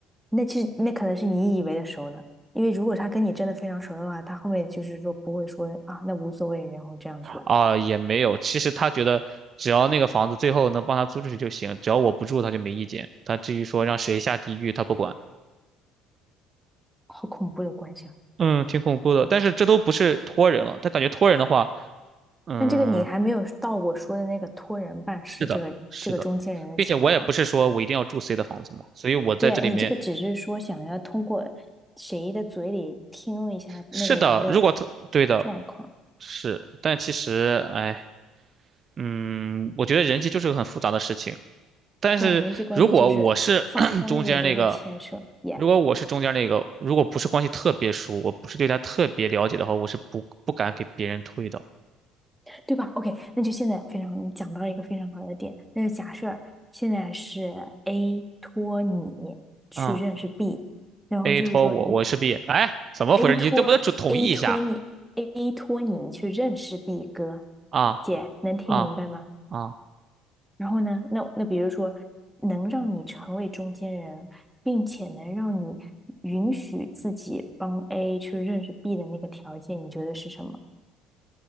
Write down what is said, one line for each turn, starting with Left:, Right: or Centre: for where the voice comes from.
Centre: 那其实那可能是你以为的熟呢，因为如果他跟你真的非常熟的话，他后面就是说不会说啊，那无所谓，然后这样子的，
Right: 啊，也没有。其实他觉得只要那个房子最后能帮他租出去就行，只要我不住他就没意见。他至于说让谁下地狱，他不管。
Centre: 好恐怖的关系啊！
Right: 嗯，挺恐怖的，但是这都不是托人了。他感觉托人的话，嗯，
Centre: 但这个你还没有到我说的那个托人办事这个这个中间人的情况。
Right: 是的，是的，并且我也不是说我一定要住 C 的房子嘛，所以我在这里面
Centre: 对，你这个只是说想要通过谁的嘴里听一下那个人的
Right: 是的，如果他对的
Centre: 状况，
Right: 是，但其实哎，嗯，我觉得人际就是个很复杂的事情。但是如果我是
Centre: 对啊，人际关系就是方方面面都会牵涉
Right: <clears throat> 中间那个，
Centre: y
Right: 如果我是中间那个，如果不是关系特别熟，我不是对他特别了解的话，我是不不敢给别人推的。
Centre: 对吧？OK，那就现在非常，你讲到一个非常好的点，那就假设现在是 A 托你去认识
Right: 嗯
Centre: B，然后就是说你
Right: ，A 托我，我是 B。哎，怎么回事？
Centre: A 托
Right: 你这不得统统一一下
Centre: A 托你 A 托你去认识 B 哥，
Right: 啊
Centre: 姐能听明白吗？
Right: 啊啊！
Centre: 然后呢，那那比如说，能让你成为中间人，并且能让你允许自己帮 A 去认识 B 的那个条件，你觉得是什么？